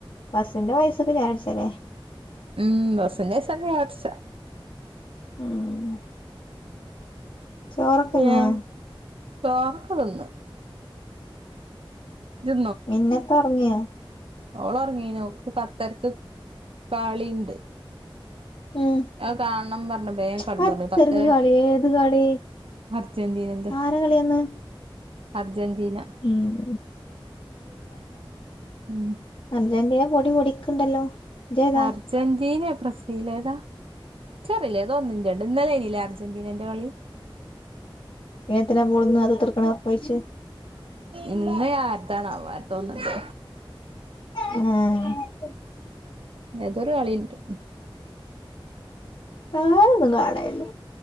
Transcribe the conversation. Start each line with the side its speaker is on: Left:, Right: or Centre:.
Left: ബസിന്റെ പയസ്സൊക്കെ ചായ കുടിച്ചാലേ
Right: ഉം ബസിന്റെ പൈസ ക്ക് ചായ കുടിച്ച
Left: ഉം ചോറൊക്കെ തിന്നോ
Right: ഏഹ് ചോറക്കെ തിന്ന് ഇജ്ജ്
Left: മിന്നത്തൊർങ്ങിയോ?
Right: ഓളൊർങ്ങീണ് ഓക്ക് പത്തരക്ക് കളീണ്ട്.
Left: ഉം
Right: ആഹ് കാണം പർഞ്ഞ്‌ വേഗം കട്ന്നൊർങ്ങി
Left: പത്തരക്ക്
Right: പത്തരെ
Left: കളി ഏത് കളി
Right: അർജന്റീനന്റെ
Left: ആര കളിയാന്ന്
Right: അർജന്റീന
Left: ഉം <unintelligible>
Right: ഉം
Left: അർജന്റീന പൊടി പൊടിക്ക്ണ്ടല്ലോ ഇജ്ജേതാ
Right: അർജന്റീനേ ബ്രസീൽ ഏതാ ഇച്ചറീല ഏതോ ഒന്നിന്റെ ഇന്നലേഞ്ഞില്ലേ അർജന്റീനന്റെ കളി
Left: <unintelligible> ഒർക്കൊഴ്ച്ച്
Right: ഇന്ന് ആര്താണാവോ ആര്തോന്ന്ണ്ട്
Left: <unintelligible>
Right: ഏതോരു കളിണ്ട്.
Left: ഞാനോന്നും കാണല്ല